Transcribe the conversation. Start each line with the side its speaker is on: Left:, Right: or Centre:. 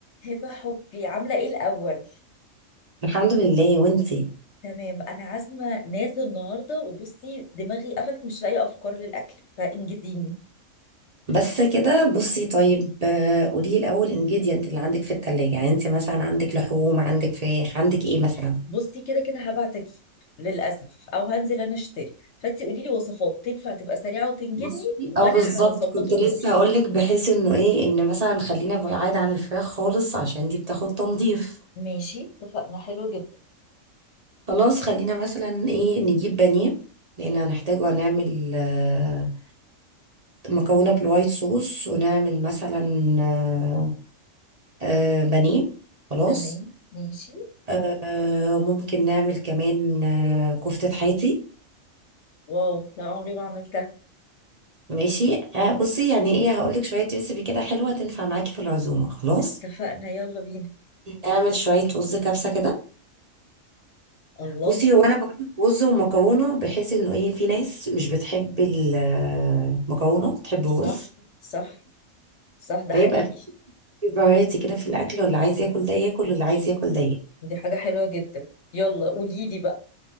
Left: هبة حبي عاملة ايه الأول؟
Right: الحمد لله وانتي
Left: تمام أنا عازمة ناس النهاردة وبصي دماغي قفلت مش لاقية أفكار للأكل فانجديني
Right: بس كده بصي طيب آه، قولي لي الاول انجيديانت اللي عندك في التلاجة يعني انت مثلا عندك لحوم عندك فراخ عندك ايه مثلا
Left: بصي كده كده هبعت أجيب للأسف أو هنزل أنا أشتري فأنتي قولي لي وصفات تنفع تبقى سريعة وتنجدني
Right: بصي
Left: وأنا
Right: اه بالظبط
Left: هظبط
Right: كنت
Left: أموري
Right: لسه هقولك بحيث انه ايه ان مثلا خلينا بعيد عن الفراخ خالص عشان دي بتاخد تنظيف
Left: ماشي اتفقنا حلو جدا
Right: خلاص خلينا مثلا ايه نجيب بانيه لان هنحتاجه هنعمل آه، مكرونه بالوايت صوص ونعمل مثلا آه، آه، بانيه خلاص
Left: تمام ماشي
Right: آه ممكن نعمل كمان آه كفتة حياتي
Left: واو لا عمري ما عملتها
Right: ماشي آه بصي يعني ايه هقولك شوية ريسيبي كده حلوة تنفع معاكي في العزومة خلاص
Left: اتفقنا يلا بينا
Right: نعمل شوية رز كبسة كده
Left: الله
Right: بصي هو انا بقولك رز ومكرونة بحيث انه ايه في ناس مش بتحب المكرونة بتحب
Left: صح
Right: الرز
Left: صح صح ده
Right: فيبقى
Left: حقيقي
Right: في فرايتي كده في الاكل واللي عايز ياكل ده ياكل واللي عايز ياكل ده ياكل.
Left: دي حاجة حلوة جدا يلا قولي لي بقى